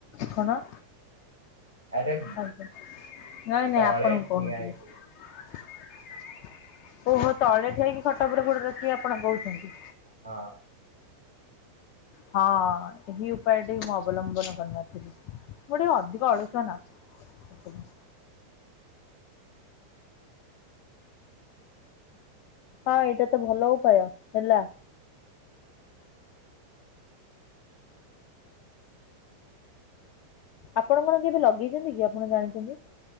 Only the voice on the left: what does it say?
କଣ?
ଆଜ୍ଞା ନାଇଁ ନାଇଁ
ଆପଣଙ୍କୁ
କହୁ ନ ଥିଲି।
ଓହୋ ତଳେ ଠିଆହେଇକି ଖଟ ଉପରେ ଗୋଡ ରଖିକି ଆପଣ କହୁଛନ୍ତି।
ହଁ ଏହି ଉପାୟଟି ମୁଁ ଅବଲମ୍ବନ କରିନଥିଲି। ମୁଁ ଟିକେ ଅଧିକ ଅଳସୁଆନା ସେଥିପାଇଁ। ହଁ ଏଇଟା ତ ଭଲ ଉପାୟ ହେଲା। ଆପଣ କଣ କେବେ ଲଗେଇଛନ୍ତି କି ଆପଣ ଜାଣିଛନ୍ତି?